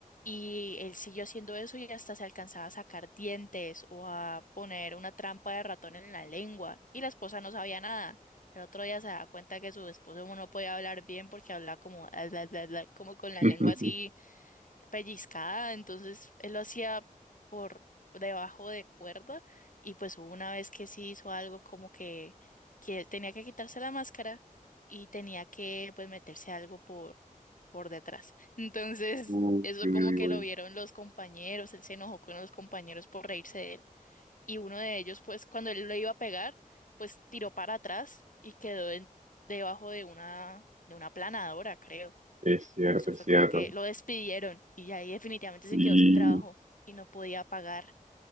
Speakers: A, on the left; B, on the right.
A: Y él siguió haciendo eso y hasta se alcanzaba a sacar dientes o a poner una trampa de ratón en la lengua. Y la esposa no sabía nada. El otro día se da cuenta que su esposo no podía hablar bien porque hablaba como, "Ah, bla, bla, bla", como con
B: <laughs>
A: la lengua así pellizcada, entonces él lo hacía por debajo de cuerda y pues hubo una vez que sí hizo algo como que, que tenía que quitarse la máscara y tenía que pues meterse algo por, por detrás. Entonces
B: Uy,
A: eso
B: uy,
A: como
B: uy,
A: que
B: uy.
A: lo vieron los compañeros, él se enojó con los compañeros por reírse de él y uno de ellos, pues cuando él lo iba a pegar, pues tiró para atrás y quedó en- debajo de una, de una planadora, creo.
B: Es cierto,
A: Y eso
B: es
A: fue
B: cierto.
A: como que lo despidieron y ya ahí definitivamente se
B: Sí.
A: quedó sin trabajo y no podía pagar